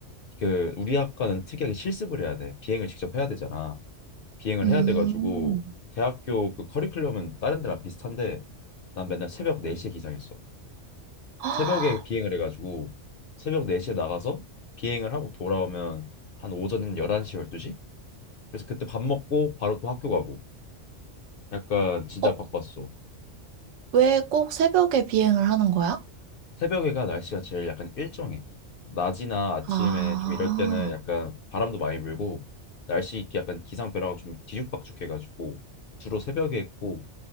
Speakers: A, on the left; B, on the right.
A: 그 우리 학과는 특이하게 실습을 해야 돼. 비행을 직접 해야 되잖아. 비행을
B: 음.
A: 해야 돼가지고 대학교 그 커리큘럼은 다른 데랑 비슷한데 난 맨날 새벽 4시에 기상했어.
B: 아,
A: 새벽에 비행을 해가지고 새벽 4시에 나가서 비행을 하고 돌아오면 한 오전 11시, 12시? 그래서 그때 밥 먹고 바로 또 학교 가고 약간
B: <gasps>
A: 진짜
B: 어,
A: 바빴어.
B: 왜 꼭 새벽에 비행을 하는 거야?
A: 새벽에가 날씨가 제일 약간 일정해. 낮이나 아침에
B: 아,
A: 좀 이럴 때는 약간 바람도 많이 불고 날씨 약간 기상 변화가 좀 뒤죽박죽해가지고 주로 새벽에 했고